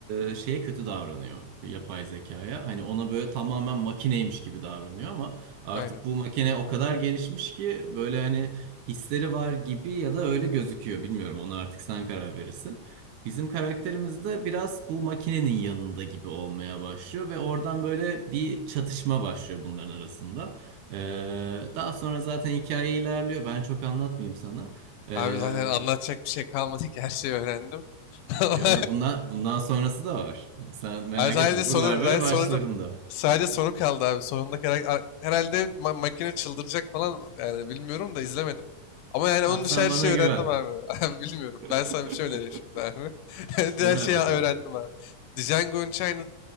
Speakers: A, on the right; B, on the left.
A: e, şeye kötü davranıyor yapay zekaya. Hani ona böyle tamamen makineymiş gibi davranıyor ama Artık
B: Aynen.
A: bu makine o kadar gelişmiş ki böyle hani hisleri var gibi ya da öyle gözüküyor. Bilmiyorum ona artık sen karar verirsin. Bizim karakterimiz de biraz bu makinenin yanında gibi olmaya başlıyor ve oradan böyle bir çatışma başlıyor bunların arasında. Ee, daha sonra zaten hikaye ilerliyor. Ben çok anlatmayayım sana. Ee,
B: Abi zaten anlatacak bir şey kalmadı ki her şeyi öğrendim. <laughs>
A: yo, yo, bundan, bundan sonrası da var. Sen merak
B: Abi sadece
A: etme.
B: sonu,
A: Buralar böyle
B: sadece
A: başlarında.
B: sonuncu, sadece sonu kaldı abi. Sonunda karak- herhalde ma- makine çıldıracak falan yani bilmiyorum da izlemedim. Ama yani
A: Abi
B: onun dışı
A: sen
B: her
A: bana
B: şeyi
A: güven.
B: öğrendim abi. <laughs> Abi bilmiyorum.
A: <laughs>
B: Ben sana bir şey önereyim şimdi abi. <laughs>
A: Öner
B: Her şeyi
A: bakalım.
B: öğrendim abi. Django Unchained